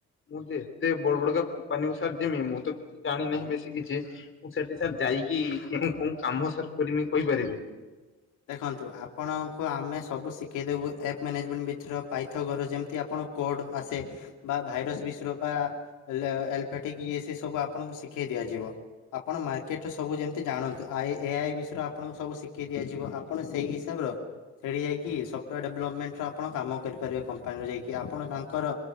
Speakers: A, on the left (about 40°); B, on the left (about 85°).
A: ମୁଁ ଯେ ଏତେ ବଡ ବଡକା କମ୍ପାନୀରୁ ସାର୍ ଜିମି ମୁଁ ତ କିଛି ଜାଣି ନାହିଁ ବେଶୀ କିଛି ମୁଁ ସେଠି ସାର୍ ଯାଇକି କୋଉ କାମ ସାର୍ କରିମି କହିପାରିବେ?
B: ଦେଖନ୍ତୁ ଆପଣଙ୍କୁ ଆମେ ସବୁ ଶିଖେଇ ଦେବୁ ଆପ୍ ମ୍ୟାନେଜମେଣ୍ଟ ଭିତର ପାଇଥଗର ଯେମିତି ଆପଣ କୋଡ ଆସେ ବା ଭାଇରସ ବିଷ୍ର ବା ଆଲା ଆଲଫାଟିକ୍ ଇଏ ସି ସବୁ ଆପଣଙ୍କୁ ଶିଖେଇ ଦିଆଯିବ। ଆପଣ ମାର୍କେଟ ରେ ସବୁ ଯେମିତି ଜାଣନ୍ତୁ ଆଇ ଏ ଆଇ ବିଷୟରେ ଆପଣଙ୍କୁ ସୁ ଶିଖେଇ ଦିଆଯଛି। ଯିବ ଆପଣ ସେଇ ହିସାବର ସେଇଠି ଯାଇକି ସଫ୍ଟୱେୟାର ଡେଭଲପମେଣ୍ଟର ଆପଣ କାମ କରିପାରିବେ କମ୍ପାନୀରୁ ଯାଇକି ଆପଣ ତାଙ୍କର